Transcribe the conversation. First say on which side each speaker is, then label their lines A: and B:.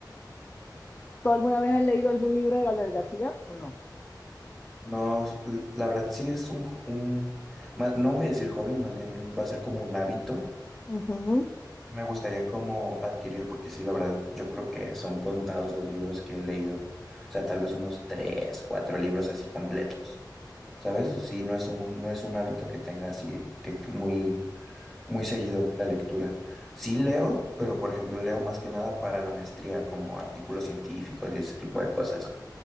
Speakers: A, on the left (about 25°); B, in the centre.
A: ¿Tú alguna vez has leído algún libro de Gabriel García o no?
B: No, s- l- la verdad sí es un, un- ma- no voy a decir hobby, más bien va a ser como un hábito.
A: Ujú.
B: Me gustaría como adquirir, porque sí, la verdad, yo creo que son contados los libros que he leído. O sea, tal vez unos tres, cuatro libros así completos. ¿sabes? Sí, no es un, no es un hábito que tenga así, que muy, muy seguido la lectura. Sí leo, pero por ejemplo leo más que nada para la maestría, como artículos científicos y ese tipo
A: Ah.
B: de cosas.